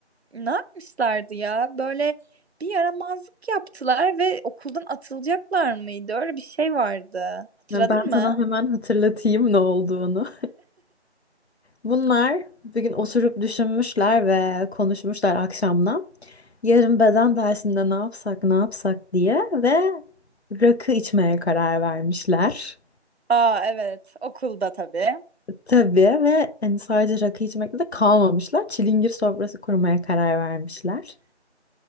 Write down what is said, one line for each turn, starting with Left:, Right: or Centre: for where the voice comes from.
Right: ne yapmışlardı ya? Böyle bir yaramazlık yaptılar ve okuldan atılacaklar mıydı? Öyle bir şey vardı. Hatırladın
Left: Yani Ben
Right: mı?
Left: sana hemen hatırlatayım ne olduğunu. Bunlar bugün oturup düşünmüşler ve konuşmuşlar akşamdan. Yarın beden dersinde ne yapsak ne yapsak diye ve rakı içmeye karar vermişler.
Right: Aa evet okulda tabii.
Left: Tabii ve hani sadece rakı içmekle de kalmamışlar. Çilingir sofrası kurmaya karar vermişler.